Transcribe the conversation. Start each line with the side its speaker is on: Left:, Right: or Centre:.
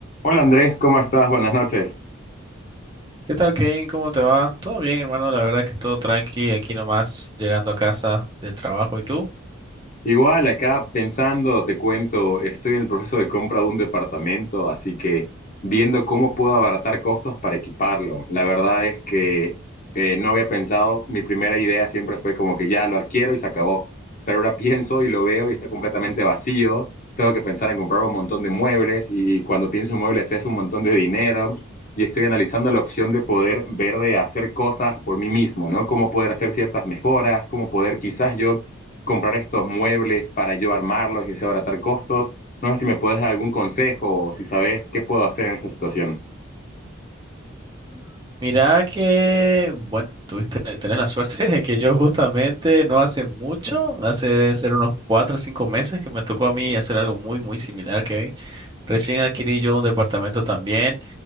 Left: Hola Andrés, ¿cómo estás? Buenas noches.
Right: ¿Qué tal, Kane? ¿Cómo te va? Todo bien, hermano. La verdad que todo tranqui. Aquí nomás llegando a casa del trabajo. ¿Y tú?
Left: Igual, acá pensando, te cuento, estoy en el proceso de compra de un departamento, así que viendo cómo puedo abaratar costos para equiparlo. La verdad es que eh, no había pensado, mi primera idea siempre fue como que ya lo adquiero y se acabó, pero ahora <laughs> pienso y lo veo y está completamente vacío, tengo que pensar en comprar un montón de muebles y cuando pienso en muebles es un montón de dinero y estoy analizando la opción de poder ver de hacer cosas por mí mismo, ¿no? Cómo poder hacer ciertas mejoras, cómo poder quizás yo comprar estos muebles para yo armarlos y así abaratar costos. No sé si me puedes dar algún consejo o si sabes qué puedo hacer en esta situación.
Right: Mm, Mira que, bueno, tuviste, tenés la suerte <laughs> de que yo justamente no hace mucho, hace debe ser unos cuatro o cinco meses que me tocó a mí hacer algo muy, muy similar, Kevin. Recién adquirí yo un departamento también